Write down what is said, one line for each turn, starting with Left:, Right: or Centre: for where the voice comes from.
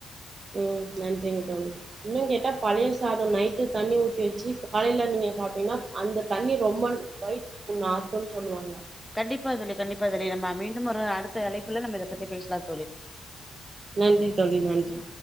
Right: ம் நன்றிங்க தோழி இன்னும் கேட்டா பழைய சாதம் நைட்டு தண்ணி ஊத்தி வச்சு காலையில நீங்க சாப்ட்டீங்கன்னா அந்த தண்ணி ரொம்ப வயுத்துபுண்ணு ஆத்தும்ன்னு சொல்லுவாங்க
Centre: கண்டிப்பாத்தொழி கண்டிப்பாத்தொழி நம்ம மீண்டும் ஒரு அடுத்த அழைப்பு அதுக்குள்ள நம்ம இத பத்தி பேசலா தோழி
Right: நன்றி தோழி நன்றி